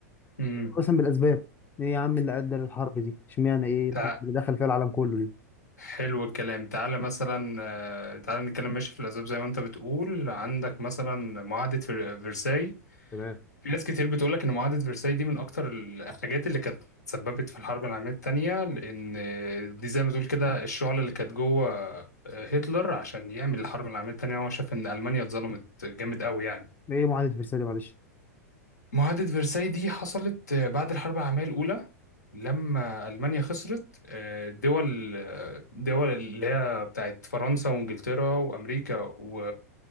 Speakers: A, on the left; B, on the left.
A: امم
B: مثلا بالاسباب ايه يا عم اللي ادى للحرب دي اشمعنى ايه الحرب
A: تع...
B: اللي دخل فيها العالم كله دي
A: حلو الكلام تعالى مثلا آه، تعالى نتكلم ماشي في الأسباب زي ما أنت بتقول عندك مثلا معاهدة فر- فرساي
B: تمام
A: في ناس كتير بتقولك إن معاهدة فرساي دي من أكتر الحاجات اللي كانت سببت في الحرب العالمية التانية لأن دي زي ما تقول كده الشعلة اللي كانت جوه آه، هتلر عشان يعمل الحرب العالمية التانية هو شاف إن ألمانيا اتظلمت جامد قوي يعني
B: ايه معاهده فرساي دي معلش
A: معاهدة فرساي دي حصلت آه، بعد الحرب العالمية الأولى لما ألمانيا خسرت آه، دول آه، دول اللي هي بتاعت فرنسا وإنجلترا وأمريكا و...